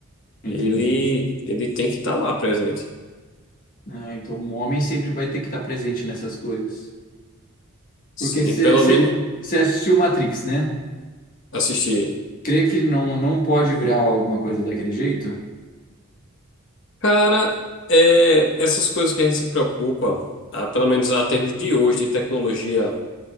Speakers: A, on the left; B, on the left.
A: entendi.
B: Ele, ele tem que estar lá presente.
A: Ah, então, o homem sempre vai ter que estar presente nessas coisas.
B: Sim,
A: Porque você
B: pelo menos
A: assistiu Matrix, né?
B: assistir.
A: Crê que não, não pode virar alguma coisa daquele jeito?
B: Cara, é, essas coisas que a gente se preocupa, ah, pelo menos a termos de hoje, de tecnologia